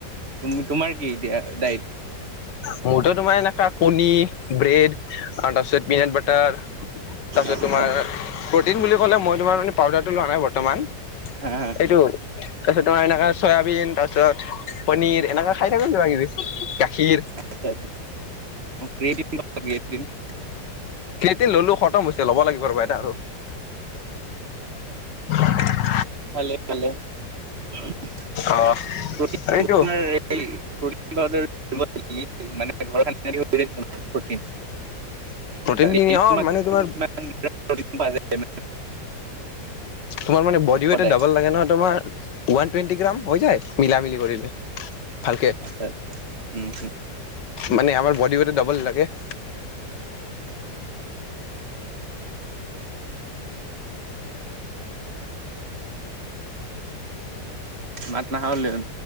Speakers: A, on the right (about 40°); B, on the left (about 80°).
A: তুমি, তোমাৰ কি এতিয়া ডায়েট?
B: মোৰতো তোমাৰ এনেকা কণী, ব্ৰেড। অ', তাৰপিছত পিনাট বাটাৰ, তাৰপিছত
A: আচ্ছা
B: তোমাৰ প্ৰটিন বুলি কলে, মই তোমাৰ মানে পাউডাৰটো লোৱা নাই বৰ্তমান।
A: হা, হা।
B: এইটো, তাৰপিছত তোমাৰ এনেকা চয়াবিন তাৰপিছত পনীৰ এনেকা খাই থাকোঁ, কিবা-কিবি, গাখীৰ।
A: আচ্ছা ক্ৰিয়েটিন, <unintelligible> ক্ৰিয়েটিন।
B: ক্ৰিয়েটিন ললোঁ, খতম হৈছে, ল'ব লাগিব ৰবা এটা আৰু।
A: ভালে-ভালে, প্ৰটিন
B: অ এইটো
A: তোমাৰ <unintelligible> <unintelligible>
B: প্ৰটিন খিনি অ মানে তোমাৰ তোমাৰ মানে বডি
A: সদায়
B: ৱেট ডাবল লাগে নহয় তোমাৰ, ওৱান টুৱেণ্টি গ্ৰাম হৈ যায়, মিলা-মিলি কৰিলে। ভালকে
A: আচ্ছা, উম, হুম।
B: মানে আমাৰ বডি ৱেটত ডাবল লাগে।
A: মাত নাহা হ'ল দেখোন।